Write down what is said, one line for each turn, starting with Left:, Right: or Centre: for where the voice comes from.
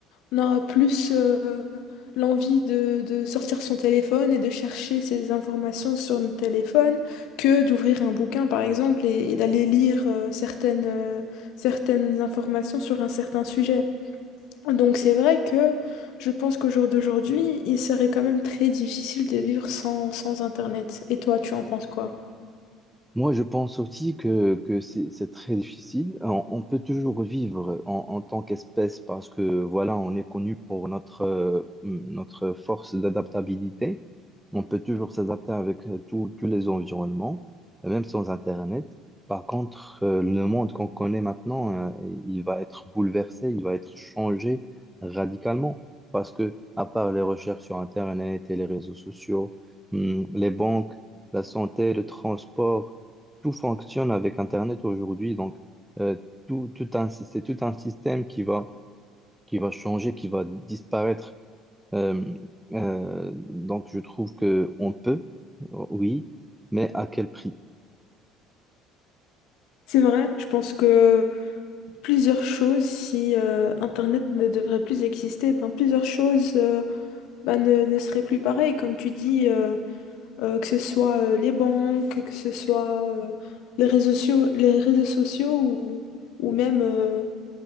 Left: on aura plus euh, l'envie de, de sortir son téléphone et de chercher ces informations sur notre téléphone que d'ouvrir un bouquin, par exemple, et, et d'aller lire euh, certaines, euh, certaines informations sur un certain sujet. Donc c'est vrai que je pense qu'au jour d'aujourd'hui, il serait quand même très difficile de vivre sans, sans Internet. Et toi, tu en penses quoi?
Centre: Moi, je pense aussi que, que c'est c'est très difficile. On, on peut toujours vivre en, en tant qu'espèce parce que, voilà, on est connu pour notre, euh, mm, notre force d'adaptabilité. On peut toujours s'adapter avec euh, tous tous les environnements, même sans Internet. Par contre, euh, le monde qu'on connaît maintenant, euh, il va être bouleversé, il va être changé radicalement parce que, à part les recherches sur Internet et les réseaux sociaux, hum, les banques, la santé, le transport, tout fonctionne avec Internet aujourd'hui. Donc, euh, tout, tout un, c'est tout un système qui va, qui va changer, qui va disparaître. Euh, euh, donc, je trouve que on peut, oui, mais à quel prix?
Left: C'est vrai, je pense que plusieurs choses, si euh, Internet ne devrait plus exister, ben, plusieurs choses euh, ben, ne, ne seraient plus pareilles. Comme tu dis, euh, euh, que ce soit euh, les banques, que ce soit euh, les réseaux sociaux, les réseaux sociaux ou, ou même, euh,